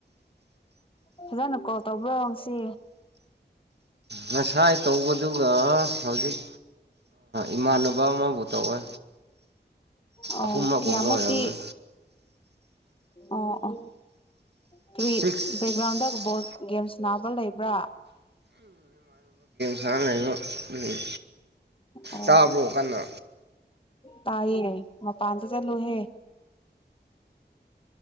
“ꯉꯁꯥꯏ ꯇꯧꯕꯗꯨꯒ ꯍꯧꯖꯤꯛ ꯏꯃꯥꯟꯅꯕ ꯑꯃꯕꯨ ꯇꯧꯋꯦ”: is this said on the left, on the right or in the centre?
Right